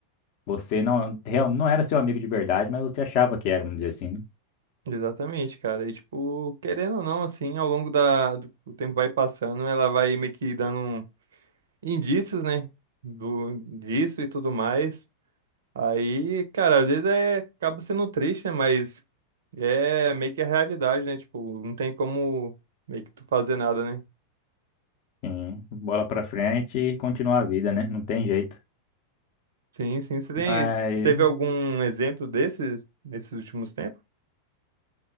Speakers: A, on the left; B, on the right.
A: você não, real, não era seu amigo de verdade, mas você achava que era, vamos dizer assim, né?
B: Exatamente, cara. E, tipo, querendo ou não, assim, ao longo da, do o tempo vai passando, ela vai meio que dando indícios, né? Do, disso e tudo mais. Aí, cara, às vezes é, acaba sendo triste, né? Mas é meio que a realidade, né? Tipo, não tem como meio que tu fazer nada, né?
A: Sim, bola pra frente e continuar a vida, né? Não tem jeito.
B: Sim, sim. Você tem,
A: Mas,
B: teve algum exemplo desses nesses últimos tempos?